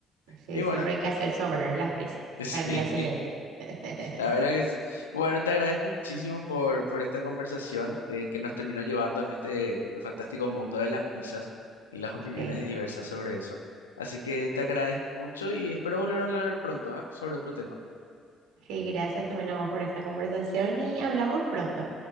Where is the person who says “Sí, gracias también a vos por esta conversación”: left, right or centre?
Right